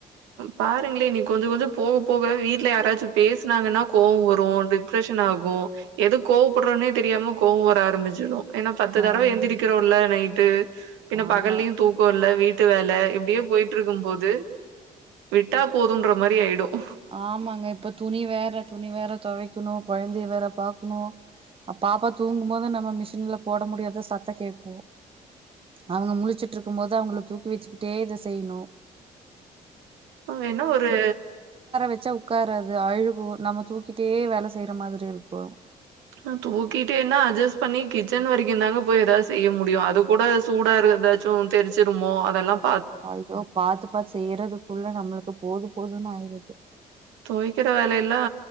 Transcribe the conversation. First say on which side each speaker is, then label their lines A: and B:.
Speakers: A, on the right (about 70°); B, on the right (about 25°).
A: பாருங்களே நீ கொஞ்ச கொஞ்சம் போக போக வீட்ல யாராச்சும் பேசினாங்கன்னா கோவம் வரும் டிப்ரஷன் ஆகும் எதுக்கு கோவப்படுறோம்னே தெரியாம கோவம் வர ஆரம்பிச்சிடும் ஏன்னா பத்து தடவை
B: ஆமாங்க
A: எந்திரக்கிறோம் இல்ல நைட்டு பின்
B: ஆமா
A: பகல்லயும் தூக்கம் இல்ல வீட் வீட்டு வேல இப்படியே போயிட்டு இருக்கும் போது விட்டா போதும்ன்ற மாரி ஆயிடும்
B: ஆமாங்க இப்ப துணி வேற துணி வேற துவைக்கணும் குழந்தைய வேற பாார்க்கணும் அ பாப்பா தூங்கும்போது நம்ம மிஷின்ல போட முடியாத சத்த கேட்கோம் அவங்க முளிச்சுட்டு இருக்கும் போது அவங்கள தூக்கி வச்சுக்கிட்டே இத செய்யணும்
A: வேணு ஒரு
B: வச்ச உட்காராது அழுகும் நம்ம தூக்கிட்டே வேல செய்யற மாரி இருக்கும்
A: ஆஹ் தூக்கிட்டே என்ன அட்ஜஸ்ட் பண்ணி கிச்சன் வரைக்கும் இருந்தாங்க போய் ஏதாவது செய்ய முடியும் அது கூட சூடா இரு ஏதாச்சும் தெரிச்சுருமோ அதெல்லாம்
B: ஐயோ பாத்து பாத்து செய்யறதுக்குள்ள நம்மளுக்கு போது போதுன் ஆயிருது
A: துவைக்கற வேலைய எல்லா